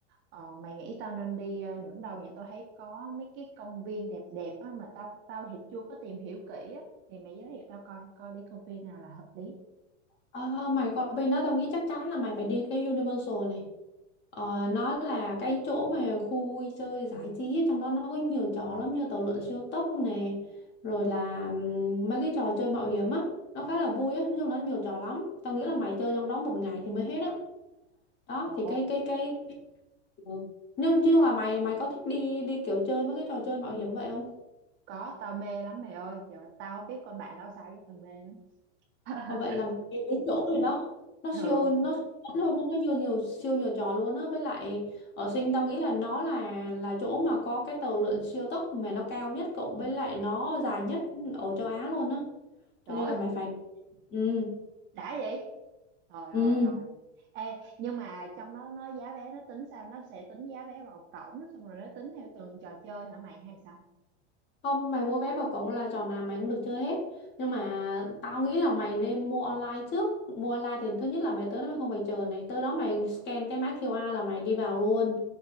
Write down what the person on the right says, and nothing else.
Ờ, mày nghĩ tao nên đi ờ, những đâu nhỉ? Tao thấy có mấy cái công viên đẹp đẹp á, mà tao tao thì chưa có tìm hiểu kỹ á. Thì mày giới thiệu tao coi coi đi công viên nào là hợp lý.
Ồ,
có tao mê lắm mày ơi. Trời, ơi, tao không biết con bạn tao sao chứ tao mê lắm. <laughs>
ừ,
trời
ơi,
đã vậy. Rồi rồi
rồi. Ê, nhưng mà trong đó nó giá vé nó tính sao? Nó sẽ tính giá vé vào cổng xong rồi nó tính theo từng trò chơi hả mày hay sao?